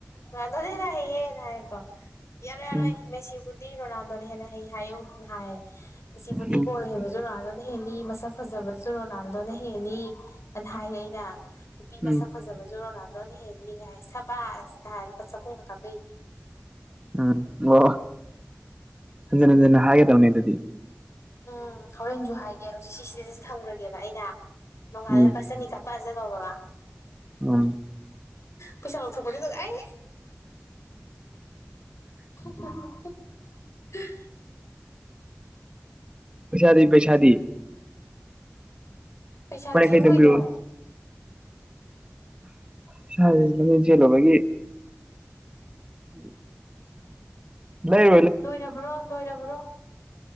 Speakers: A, on the left; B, on the right.
A: ꯔꯅꯗ ꯍꯦꯅ ꯍꯩꯌꯦꯦꯅ ꯍꯥꯏꯌꯦꯀꯣ ꯌꯥꯔꯣꯏ ꯌꯥꯔꯣꯏ
B: ꯎꯝ
A: ꯃꯦꯁꯤꯕꯨ ꯔꯣꯅꯥꯗꯣꯅ ꯍꯦꯅ ꯍ ꯍꯥꯏ ꯎꯅ ꯍꯥꯏꯌꯦ ꯀꯁꯤꯕꯨꯙꯤꯣꯜ
B: ꯎꯝ
A: ꯍꯦꯟꯕꯁꯨ ꯔꯣꯅꯥꯜꯗꯣꯅ ꯍꯦꯜꯂꯤ ꯃꯁꯛ ꯐꯖꯕꯁꯨ ꯔꯣꯅꯥꯜꯗꯣꯅ ꯍꯦꯜꯂꯤ ꯑꯅ ꯍꯥꯏ ꯑꯩꯅ ꯅꯨꯄꯤ ꯃꯁꯛ
B: ꯎꯝ
A: ꯐꯖꯕꯁꯨ ꯔꯣꯅꯥꯗꯣꯅ ꯍꯦꯜꯂꯤꯒ ꯍꯥꯏ ꯁꯕꯥꯁꯀ ꯍꯥꯏ ꯂꯨꯄꯥ ꯆꯍꯨꯝꯒ ꯀꯥꯄꯩ
B: ꯎꯝ ꯑꯣ ꯍꯟꯖꯤꯟ ꯍꯟꯖꯤꯟꯅ ꯍꯥꯏꯒꯗꯕꯅꯦ ꯑꯗꯨꯗꯤ
A: ꯎꯝ ꯍꯣꯔꯦꯟꯁꯨ ꯍꯥꯏꯒꯦ ꯍꯧꯖꯤꯛ ꯁꯤ ꯁꯤꯗꯗꯤ ꯊꯝꯈ꯭ꯔꯒꯦꯕ ꯑꯩꯅ ꯅꯣꯡꯒꯥꯥꯜꯂ
B: ꯎꯝ
A: ꯄꯠ ꯆꯅꯤꯀ ꯄꯖꯦ ꯇ ꯄꯕꯥ
B: ꯎꯝ
A: ꯄꯩꯁꯥ ꯂꯧꯊꯄꯅꯤ ꯑꯥꯏ <inaudible>
B: ꯄꯩꯁꯥꯗꯤ ꯄꯩꯁꯥꯗꯤ
A: ꯄꯩꯁꯥ
B: ꯂꯨꯄꯥ
A: ꯗꯗꯤꯕ
B: ꯌꯥꯡꯈꯩꯇꯪ
A: ꯀꯩꯅꯣ
B: ꯄꯤꯔꯛꯑꯣ ꯏꯁꯥꯁ ꯂꯝꯖꯦꯟ ꯆꯦꯜꯂꯨꯕꯒꯤ ꯎꯝ ꯂꯩ
A: ꯂꯣꯏꯔꯕ꯭ꯔꯣ ꯂꯣꯏꯔꯕ꯭ꯔꯣ